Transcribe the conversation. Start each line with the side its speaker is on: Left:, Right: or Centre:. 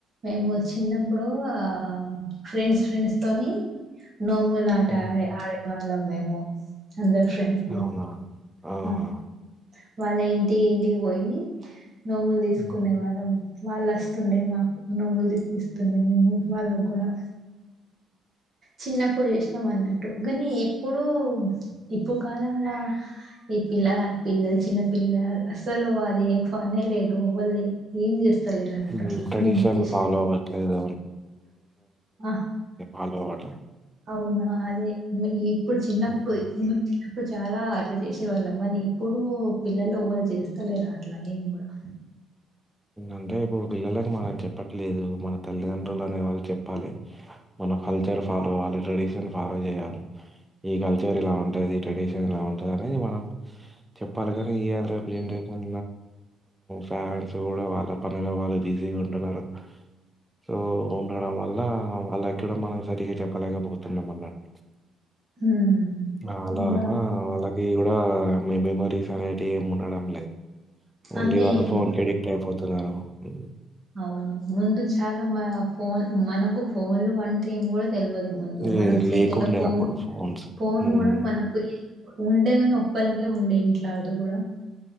Right: మేము చిన్నప్పుడు ఆ ఫ్రెండ్స్ ఫ్రెండ్స్ తోని నోములు ఆట
Centre: హ్మ్.
Right: ఆడే వాళ్ళం మేము అందర్ ఫ్రెండ్స్ లో
Centre: అవునా? ఆహా!
Right: హ వాళ్ళ ఇంటి ఇంటిక్ వోయ్ యి నోములు తీసుకునేవారం
Centre: హ్మ్.
Right: వాళ్ అస్తుండే మాకు నోములు తీసుస్తుండ మేము వాళ్ళకు కూడా చిన్నప్పుడు చేశ్నం అన్నట్టు గనీ ఇప్ ఇప్పుడు ఇప్పు కాలంలా ఈ పిల్లగ పిల్లల్ చిన్న పిల్లార్ అసలు అది ఏం ఫన్ ఎ లేదు ఎవ్వల్ని ఏం చేస్తలేరు అన్నటు
Centre: హ్మ్.
Right: అట్ల
Centre: ట్రెడిషన్
Right: మీ ఉద్దేషం
Centre: ఫాలో
Right: లో
Centre: అవ్వట్లేదు
Right: ఆ ఆహ్
Centre: హలో అట్ల
Right: అవునా అదే మి ఇప్పుడ్ చిన్నప్పుది
Centre: హ్మ్.
Right: అప్పుడు చాలా అట్లా చేశే వాళ్ళమణి ఇప్పుడు పిల్లలు ఎవాళ్ చేస్తలేరు అట్లా ఏం కూడా
Centre: అంటే ఇప్పుడు పిల్లలకి మనం చెప్పట్లేదు మన తల్లిదండ్రులు అనే వాళ్ళు చెప్పాలి మన కల్చర్ ఫాలో అవ్వాలి ట్రెడిషన్ ఫాలో చేయాలి ఈ కల్చర్ ఇలా ఉంటది ఈ ట్రెడిషన్ ఇలా ఉంటది అనీ మనం చెప్పాలి గానీ ఇవాల్రేప్ ఈయల్రేప్ ఈ జనరేషన్ పరెంట్స్ కూడా వాళ్ళ పనిలో వాళ్ళు బిజీగా ఉంటున్నారు సో ఉండడం వల్ల వాళ్ళక్ కూడా మనం సరిగా చెప్పలేకపోతున్నాం అన్నట్
Right: హ్మ్.
Centre: అ అలానా
Right: ఇగ
Centre: వాళ్ళకి కూడ్ ఆ మీనీ మర్ టీ సానైటి ఏం ఉండడం లేద్ ఓన్లీ
Right: అదే
Centre: వాళ్ళు ఫోన్
Right: ముందు-
Centre: కి అడిక్ట్ పోతున్నార హ్మ్
Right: అవును ముందు చాలా మ ఫోన్ మనకు ఫోన్లు వంట్ ఏం కూడా తెల్వదు ముందు
Centre: లే-
Right: మనకు చేతిలా
Centre: లేకుండే
Right: ఫోన్
Centre: అప్పుడు ఫోన్స్
Right: ఫోన్ కూడా మనకు ఉండే గాని ఒక్కలికే ఉండే ఇంట్ల అది కూడా